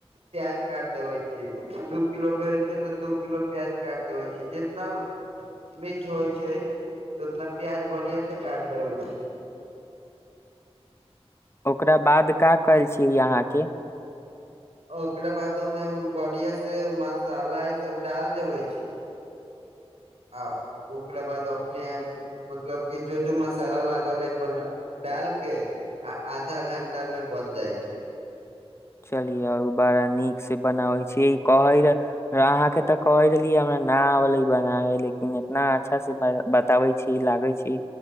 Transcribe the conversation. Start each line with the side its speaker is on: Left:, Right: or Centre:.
Right: प्याज काटि देबै छी दू किलो भेल छै तऽ दू किलो प्याज काट देबे छी जितना मीठ होइ छै उतना प्याज बढ़िया से काट देबे छी <inaudible>
Left: ओकरा बाद का करय छी अहाँ के
Right: ओकरा बाद ओहिमे बढ़िया से मसाला ई सब डाल देबे छी आ ओकरा बाद अपने मतलब कि जो जो मसाला लागल हइ बना डाल के आ आधा घण्टा मे बन जाइ छै
Left: चलियौ ओ बड़ा नीक से बनाबै छी कहै अहाँके तऽ कहै रहलियै हमरा न अबलै बनाबे लेकिन इतना अच्छा से बताबै छी लागै छी